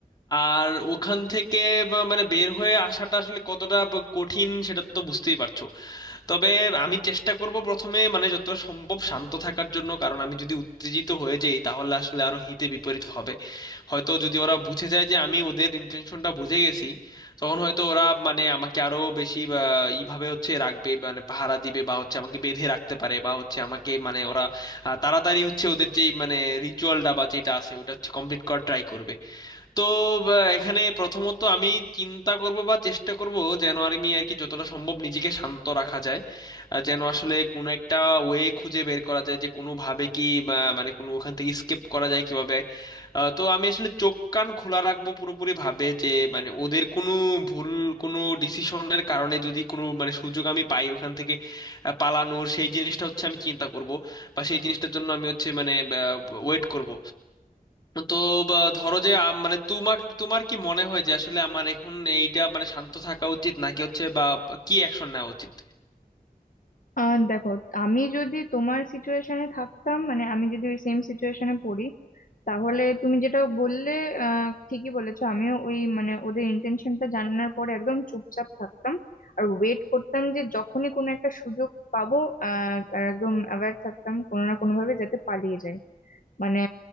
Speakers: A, on the left; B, on the left.
A: আর ওখান থেকে বা- মানে বের হয়ে আসাটা আসলে কতটা ব- কঠিন সেটা তো বুঝতেই পারছো তবে আমি চেষ্টা করব প্রথমে মানে যতটা সম্ভব শান্ত থাকার জন্য কারণ আমি যদি উত্তেজিত হয়ে যাই তাহলে আসলে আরো হিতে বিপরীত হবে হয়তো যদি ওরা বুঝে যায় যে আমি ওদের ইন্টেনশনটা বুঝে গেছি তখন হয়তো ওরা মানে আমাকে আরো বেশি বা, এইভাবে হচ্ছে রাখবে মানে পাহারা দিবে বা হচ্ছে আমাকে বেঁধে রাখতে পারে বা হচ্ছে আমাকে মানে ওরা আহ, তাড়াতাড়ি হচ্ছে ওদের যেই মানে রিচুয়ালটা বা যেটা আছে ওটা হচ্ছে কমপ্লিট করার ট্রাই করবে তো বা, এখানে প্রথমত আমি চিন্তা করব বা চেষ্টা করব যেন আর আমি আর কি যতটা সম্ভব নিজেকে শান্ত রাখা যায় আহ, যেন আসলে কোনো একটা ওয়ে খুঁজে বের করা যায় যে কোনোভাবে কি বা, মানে কোনো ওখান থেকে স্কেপ করা যায় কিভাবে আহ, তো আমি আসলে চোখ কান খোলা রাখবো পুরোপুরি ভাবে যে মানে ওদের কোনো ভুল কোনো ডিসিশনের কারণে যদি কোনো মানে সুযোগ আমি পাই ওখান থেকে আহ, পালানোর সেই জিনিসটা হচ্ছে আমি চিন্তা করব বা সেই জিনিসটার জন্য আমি হচ্ছে মানে ওয়েট করব তো বা, ধরো যে আম, মানে তোমার তোমার কি মনে হয় যে আসলে আমার এখন এইটা মানে শান্ত থাকা উচিত নাকি হচ্ছে বা কি অ্যাকশন নেওয়া উচিত
B: আহ দেখো আমি যদি তোমার সিচুয়েশনে থাকতাম মানে আমি যদি ওই সেম সিচুয়েশনে পড়ি তাহলে তুমি যেটা বললে আহ ঠিকই বলেছো আমিও ওই মানে ওদের ইন্টেনশনটা জানানোর পরে একদম চুপচাপ থাকতাম আর ওয়েট করতাম যে যখনই কোনো একটা সুযোগ পাবো আহ একদম অ্যাওয়্যার থাকতাম কোনো না কোনো ভাবে যাতে পালিয়ে যায় মানে